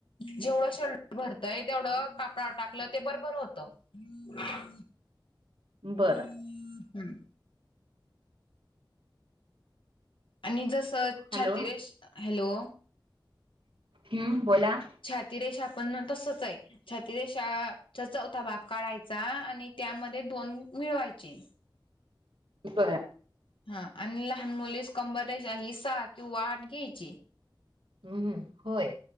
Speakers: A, on the left (about 80°); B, on the right (about 85°).
A: जेवढं शोल्डर भरतंय तेवढं कापडा टाकलं ते बरोबर होतं. <inaudible> ह <inaudible> हम्म
B: बरं.
A: हम् आणि जस
B: हॅलो.
A: छाति रेश, हॅलो...
B: हम्म... बोला.
A: छाती रेशा आपण ना तसच आहे. छाती रेषा चा चौथा भाग काढायचा आणि त्यामध्ये दोन <inaudible> मिळवायचे
B: बघा.
A: हा आणि लहान <inaudible> मुलीच कंबरेच्या हि सहा किंवा आठ घ्यायची <inaudible> किंवा
B: हम्म... होय.